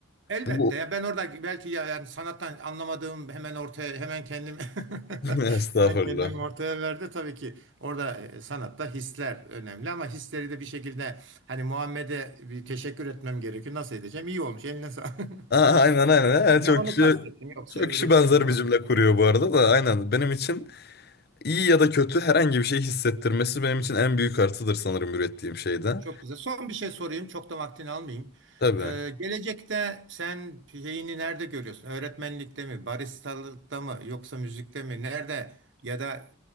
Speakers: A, on the right (about 80°); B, on the left (about 55°).
A: Elbette
B: Bu
A: ya ben orada belki ya yani sanattan anlamadığım hemen ortaya hemen kendimi <laughs>
B: <laughs> estağfurullah.
A: hemen kendimi ortaya verdi tabii ki orada e, sanatta hisler önemli ama hisleri de bir şekilde hani Muhammed'e bir teşekkür etmem gerekiyor nasıl edeceğim iyi olmuş eline sağlık <laughs>
B: Aa, aynen aynen. Ha, çok
A: ya onu
B: kişi
A: kastettim yoksa
B: çok
A: öbürü
B: kişi benzer
A: öbürü
B: bir cümle kuruyor bu arada da aynen. Benim için iyi ya da kötü herhangi bir şey hissettirmesi benim için en büyük artıdır sanırım ürettiğim şeyde.
A: Çok güzel. Son bir şey sorayım. Çok da vaktini almayayım.
B: Tabii.
A: Ee, gelecekte sen şeyini nerede görüyorsun? Öğretmenlikte mi, baristalıkta mı, yoksa müzikte mi? Nerede? Ya da